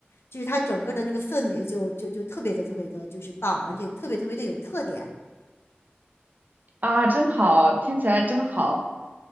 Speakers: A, on the left; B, on the right.
A: 就是它整个的那个氛围就就就特别的特别的，就是棒，而且特别特别的有特点。
B: 啊，真好，听起来真好。